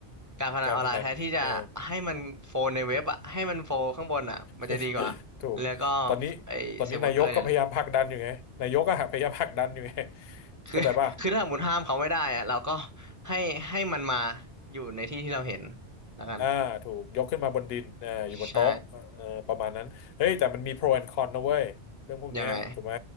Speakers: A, on the right; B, on the left.
A: การพนันออนไลน์แทนที่จะให้มันโฟนในเว็บอ่ะให้มันโฟนข้างบนอ่ะมันจะดีกว่า
B: การพนันเออ <laughs> ถูกตอนนี้ตอนนี้นายกก็พยายามผลักดันอยู่ไงนายกก็พยายามผลักดันอยู่ไง
A: แล้วก็ไอเซิร์ฟเวอร์เกอร์เนี่ยแหละคือคือถ้าสมมติห้ามเขาไม่ได้อ่ะเราก็
B: เข้าใจป่ะ
A: ให้ให้มันมาอยู่ในที่ที่เราเห็นแล้วกัน
B: อ่าถูกยกขึ้นมาบนดินอ่าอยู่บนโต๊ะเอ่อประมาณนั้นเฮ้ยแต่มันมี
A: ใช่
B: pro and con นะเว้ยเรื่องพวกเนี้ยถูกไหม
A: ยังไง